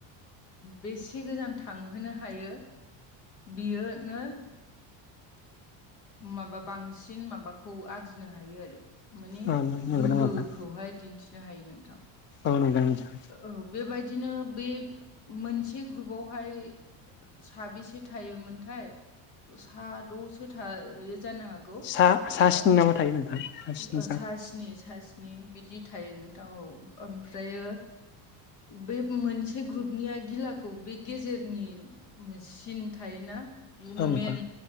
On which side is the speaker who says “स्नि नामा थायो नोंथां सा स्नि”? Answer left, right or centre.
Left